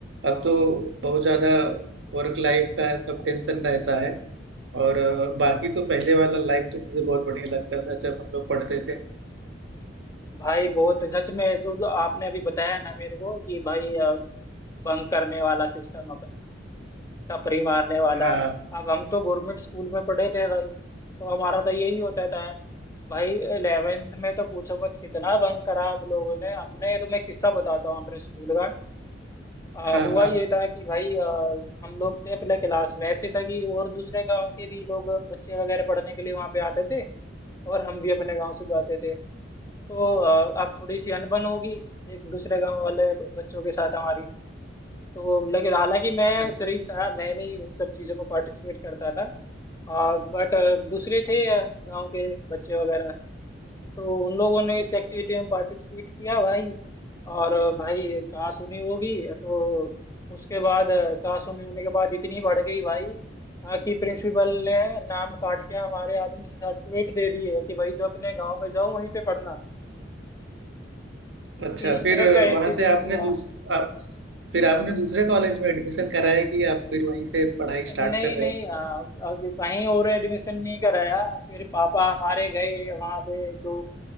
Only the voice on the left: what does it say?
भाई बहुत सच में जो जो आपने अभी बताया ना मेरे को कि भाई बंक करने वाला सिस्टम अपना टपरी मारने वाला
अब हम तो गवर्नमेंट स्कूल में पढ़े थे भाई तो हमारा तो यही होता था भाई इलेवेंथ में तो पूछो मत कितना बंक करा हम लोगों ने हमने तो मैं किस्सा बताता हूँ अपने स्कूल का अ,
हुआ
ये था कि भाई अ, हम लोग थे पहले क्लास में ऐसे था कि और दूसरे गांव के भी लोग बच्चे वगैरह पढ़ने के लिए वहां पे आते थे और हम भी अपने गांव से जाते थे तो अ, अब थोड़ी सी अनबन होगी एक दूसरे गांव वाले ब- बच्चों के साथ हमारी तो लेकिन हालांकि मैं
शरीफ था मैं नहीं इन सब चीज़ों में पार्टिसिपेट करता था बट दूसरे थे अ, गांव के बच्चे वगैरह तो उन लोगों ने इस एक्टिविटी में पार्टिसिपेट किया भाई और अ, भाई काश उन्हीं होगी तो उसके बाद अ, काश उन्हीं होने के बाद इतनी बढ़ गई भाई बाकी प्रिंसिपल ने नाम काट के हमारे आदमी सर्टिफिकेट दे दिए कि भाई जो अपने गांव में जाओ वहीं पे पढ़ना
इस
तरह का इंसिडेंस
हुआ
नहीं
नहीं
आ, अभी कहीं और एडमिशन नहीं कराया फिर पापा हमारे गए वहां पे दो